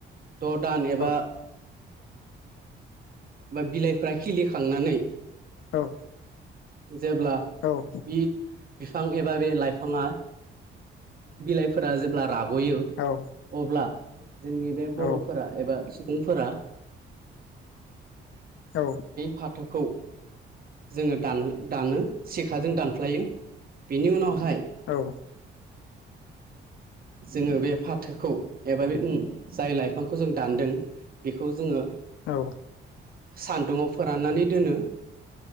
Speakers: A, on the right; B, on the left.
A: द' दान एबा
B: औ
A: बिलाइफ्रा खिलिखांनानै
B: औ।
A: जेब्ला
B: औ
A: बि बिफां एबा बे लाइफाङा बिलाइफोरा जेब्ला राग'यो‌
B: औ
A: अब्ला जोंनि बे बर'फोरा
B: औ
A: एबा सुबुंफोरा
B: औ
A: फाथोखौ जोङो दानो दानो सेखाजों दानफ्लायो। बेनि उनावहाय
B: औ
A: जोङो बे फाथोखौ एबा बे उम जाय लाइफांखौ जों दानदों बेखौ जोङो
B: औ
A: सान्दुाव फोराननानै दोनो